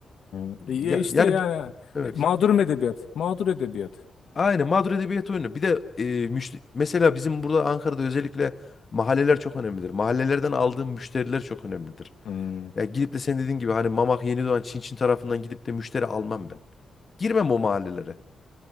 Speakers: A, on the left (about 80°); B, on the left (about 40°).
A: hı. E,
B: Ya
A: işte
B: yani
A: yani
B: evet.
A: mağdur edebiyat. Mağdur edebiyat.
B: Aynen mağdur edebiyat oyunu. Bir de e, müşte- mesela bizim burada Ankara'da özellikle mahalleler çok önemlidir. Mahallelerden aldığım müşteriler çok önemlidir.
A: Hı
B: Ya gidip de sen dediğin gibi hani Mamak Yenidoğan Çin Çin tarafından gidip de müşteri almam ben. Girmem o mahallelere.